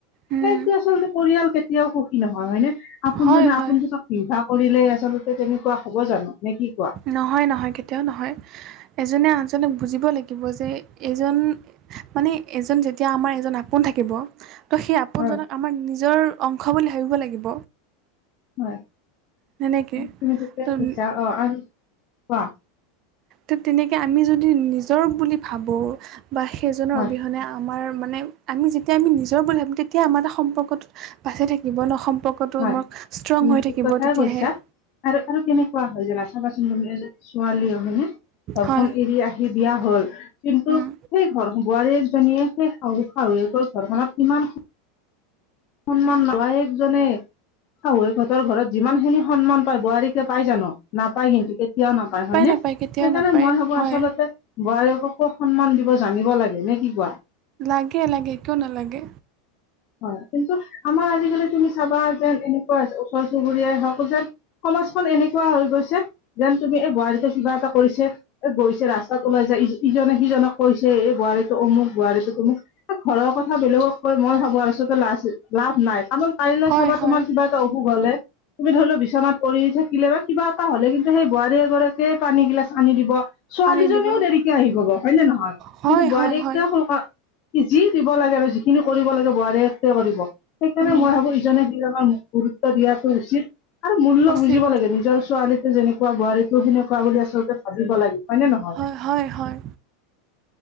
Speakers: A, on the right; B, on the left.
A: উম
B: সেইটো আচলতে পৰিয়াল কেতিয়াও সুখী নহয় হয়নে আপোনজনে
A: হয়
B: আপোনজনক
A: হয়
B: হিংসা কৰিলে আচলতে তেনেকুৱা হ'ব জানো নে কি কোৱা?
A: নহয় নহয় কেতিয়াও নহয় এজনে আনজনক বুজিব লাগিব যে এইজন মানে এজন যেতিয়া আমাৰ এজন আপোন থাকিব তো সেই আপোনজনক
B: হয়
A: আমাৰ নিজৰ অংশ বুলি ভাবিব লাগিব।
B: হয়,
A: সেনেকে
B: তুমি ঠিকেই
A: ত
B: কৈছা অ আৰু কোৱা?
A: ঠিক তেনেকে আমি যদি নিজৰ বুলি ভাবো বা সেইজনৰ
B: হয়
A: অবিহনে আ আমাৰ মানে আমি যেতিয়া আমি নিজৰ বুলি ভাবিম তেতিয়া আমাৰ এটা সম্পৰ্কটো বাচি থাকিব ন সম্পৰ্ক টো
B: হয়
A: আমাৰ ষ্ট্ৰং
B: তুমি
A: হৈ
B: ঠিক
A: থাকিব
B: কথাই
A: তেতিয়াহে।
B: কৈছা আৰু আৰু কেনেকুৱা হয় জানা চাবাচোন তুমি এজনী ছোৱালীয়েও হয়নে ঘৰখন
A: হয়
B: এৰি আহি বিয়া হ'ল কিন্তু
A: উম
B: সেই ঘৰ বোৱাৰী এজনীয়ে সেই শহু-শাহুৱেকৰ ঘৰখনত কিমান সন্মান বোৱাৰীয়েকজনীক শাহুৱেকহঁতৰ ঘৰত যিমানখিনি সন্মান পায় বোৱাৰীয়েকে পাই জানো নাপাই কিন্তু কেতি কেতিয়াও নাপায় হয়নে
A: নাপায়
B: সেইকাৰণে
A: কেতিয়াও নাপায়
B: মই ভাবো
A: হয়
B: আচলতে বোৱাৰীয়েককো সন্মান দিব জানিব লাগে নে কি কোৱা?
A: লাগে লাগে কিয় নেলাগে।
B: হয় কিন্তু আমাৰ আজিকালি তুমি চাবা যে এনেকুৱা ওচৰ-চুবুৰীয়াই হওক যেন সমাজখন এনেকুৱা হৈ গৈছে যেন তুমি এই বোৱাৰীটোৱে কিবা এটা কৰিছে। এ গৈছে ৰাস্তাত ওলাই যায় ইজনে সিজনক কৈছে এ বোৱাৰীটো অমুক, বোৱাৰীটো তমুক। ঘৰৰ কথা বেলেগক কৈ মই ভাবো আচলতে লাভ নাই কাৰণ কালিলৈ
A: হয়
B: চাবা
A: হয়
B: তোমাৰ কিবা এটা অশোক হ'লে তুমি ধৰি লোৱা বিচনাত পৰি থাকিলে বা কিবা এটা হ'লে কিন্তু সেই বোৱাৰী এগৰাকীয়ে পানী গিলাচ আনি দিব। ছোৱালীজনীও
A: আনি দিব
B: দেৰিকে আহি পাব হয় নে নহয়
A: হয়
B: কিন্তু বোৱাৰীয়েকে
A: হয় হয়
B: যি দিব লাগে আৰু যিখিনি কৰিব লাগে বোৱাৰীয়েকে কৰিব সেইকাৰণে
A: উম
B: মই ভাবো ইজনে সিজনক গুৰুত্ব দিয়াটো উচিত আৰু মূল্য
A: উচিত
B: বুজিব লাগে নিজৰ ছোৱালীক যেনেকুৱা বোৱাৰীকো সেনেকুৱা বুলি আচলতে ভাবিব লাগে। হয় নে নহয়
A: হয় হয় হয়।